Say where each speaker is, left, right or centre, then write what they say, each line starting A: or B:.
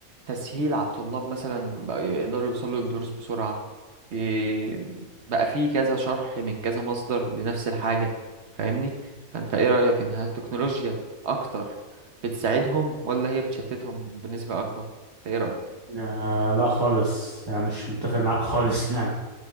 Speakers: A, on the right; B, on the right.
A: تسهيل على الطلاب مثلا بقى يقدروا يوصلوا للدروس بسرعة إيه بقى في كذا شرح من كذا مصدر لنفس الحاجة فاهمني فانت ايه رأيك انها التكنولوجيا اكتر بتساعدهم ولا هي بتشتتهم بنسبة اكبر انت ايه رأيك
B: آه، لا خالص يعني مش متفق معاك خالص <laughs> يعني